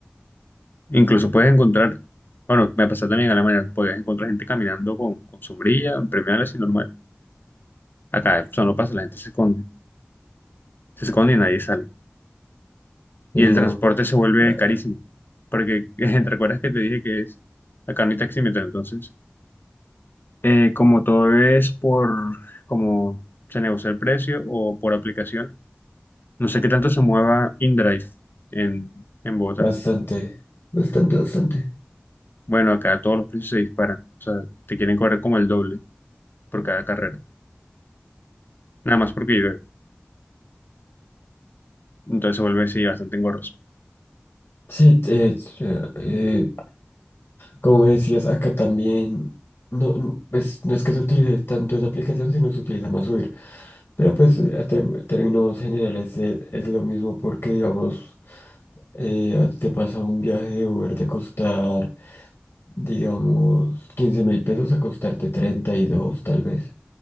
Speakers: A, on the left; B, on the left.
A: Incluso puedes encontrar, bueno, me pasa también a la mañana, puedes encontrar gente caminando con, con sombrilla, premiales y normal. Acá eso no pasa, la gente se esconde, se esconde y nadie sale.
B: Y
A: Y el
B: no,
A: transporte se vuelve
B: eh,
A: carísimo, porque <laughs> ¿te acuerdas que te dije que es acá no hay taxímetro? Entonces, Eh, como todo es por como se negocia el precio o por aplicaciones, no sé qué tanto se mueva InDrive en, en Bogotá.
B: bastante, bastante, bastante.
A: Bueno, acá todos los precios se disparan, o sea, te quieren cobrar como el doble por cada carrera, nada más porque llueve. Entonces se vuelve, sí, bastante engorroso.
B: Sí, te- eh, eh, como me decías, acá también, no, no, pues, no es que se utilice tanto esa aplicación, sino se utiliza más Uber. Pero pues eh, a ter- términos generales es, es lo mismo porque, digamos, eh, a ti te pasa un viaje de Uber de costar, digamos, quince mil pesos a costarte 32, tal vez.